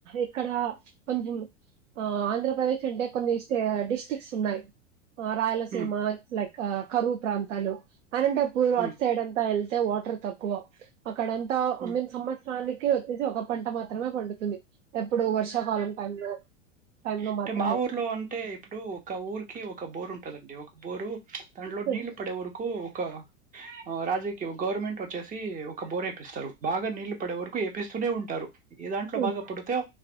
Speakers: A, on the right (about 90°); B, on the right (about 20°).
A: ఇక్కడ కొంచెం ఆ ఆంధ్రప్రదేశ్ అంటే కొన్ని డిస్ట్రిక్ట్స్ ఉన్నాయి ఆ రాయలసీమ
B: ఉమ్
A: లైక్ కా కరువు ప్రాంతాలు అనంతపూర్ అటు
B: ఉమ్
A: సైడ్ అంతా ఎల్ టే వాటర్ తక్కువ అక్కడం తా ఉమెన్
B: ఉమ్
A: సమ్మర్స్ దానికి వచ్చేసి ఒక పంట మాత్రమే పండుతుంది ఎప్పుడు వర్షాకాలం టైమ్ లో టైమ్ లో
B: అంటే
A: మాత్రమే
B: మా ఊర్లో అంటే ఇప్పుడు ఒక ఊరికి ఒక బోర్ ఉంటదండి ఒక బోరు దాంట్లో
A: హ్మ్.
B: నీళ్లు పడే వరకు ఒక ఆ రాజకీ గవర్నమెంట్ వచ్చేసి ఒక బోరేపిస్తరు బాగా నీళ్లు పడే వరకు ఏపిస్త స్తూనే ఉంటారు ఏ దాంట్లో
A: హ్మ్.
B: బాగా పడతయొ